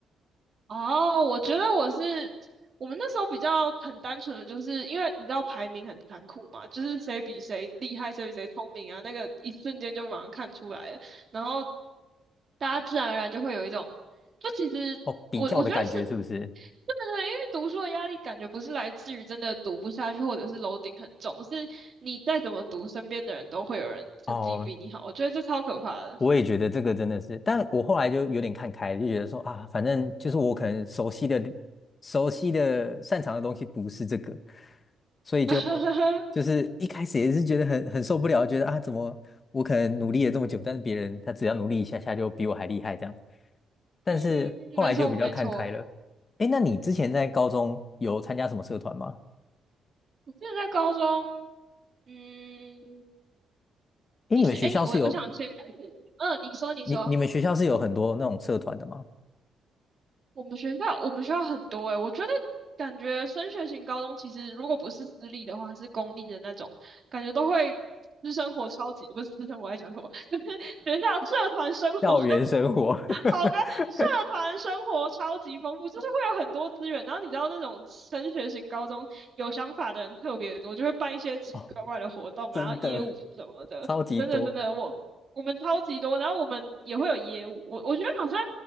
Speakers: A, on the right; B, on the left.
A: 哦，我觉得我是我们那时候比较很单纯的，就是因为你知道排名很残酷嘛，就是谁比谁厉害，谁比谁聪明啊，那个一瞬间就马上看出来了，然后大家自然而然就会有一种，就其实我我觉得是。
B: 哦，比较的感觉是不是？
A: 对对对，因为读书的压力感觉不是来自于真的读不下去，或者是楼顶很重，是你再怎么读，身边的人都会有人成绩比你好，
B: 哦，
A: 我觉得这超可怕的。
B: 我也觉得这个真的是，但我后来就有点看开了，就觉得说啊，反正就是我可能熟悉的、熟悉的、擅长的东西不是这个，所以就
A: <laughs>
B: 就是一开始也是觉得很很受不了，觉得啊，怎么我可能努力了这么久，但是别人他只要努力一下下就比我还厉害这样，但是后来就比较看开了。
A: 嗯，没错没错，
B: 哎，那你之前在高中有参加什么社团吗？
A: 我记得在高中。嗯，
B: 哎，
A: 你是哎，
B: 你们学校是有
A: 你我我想先，嗯，你说你说，
B: 你你们学校是有很多那种社团的吗？
A: 我们学校我们学校很多哎，我觉得感觉升学型高中其实如果不是私立的话，是公立的那种，感觉都会私生活超级不是私生活在讲什么，就是学校社团生活
B: 校园生活。
A: 好跟，
B: <laughs>
A: 社团生活超级丰富，就是会有很多资源。然后你知道那种升学型高中有想法的人特别多，就会办一些奇奇怪怪的活动啊，
B: 哦真的，
A: 业务什么的。
B: 超级多。
A: 真的真的，我我们超级多，然后我们也会有业务。我我觉得好像，